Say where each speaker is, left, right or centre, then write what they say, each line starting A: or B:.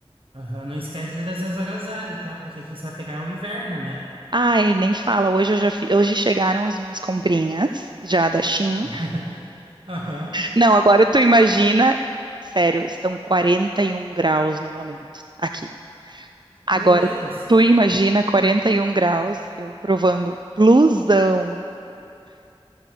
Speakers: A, on the right; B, on the right.
A: Aham. Não esquece de trazer os agasalhos, tá? Porque aqui você vai pegar o inverno, né?
B: Ai, nem fala, hoje eu já fi- hoje chegaram as minhas comprinhas, já da Shein.
A: <laughs> Aham.
B: Não, agora tu imagina, sério, estão 41 graus no momento, aqui. Agora,
A: Meu Deus!
B: tu imagina 41 graus, eu provando blusão,